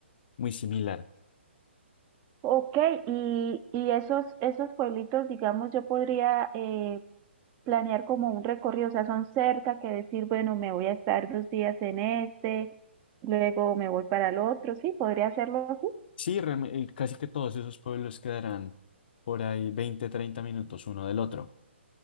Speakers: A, on the left (about 50°); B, on the right (about 25°).
A: muy similar.
B: Ok, y, y esos, esos pueblitos, digamos, yo podría eh, planear como un recorrido, o sea, son cerca que decir, bueno, me voy a estar dos días en este, luego me voy para el otro, sí, podría hacerlo así.
A: Sí, realme- eh, casi que todos esos pueblos quedarán por ahí 20 30 minutos uno del otro.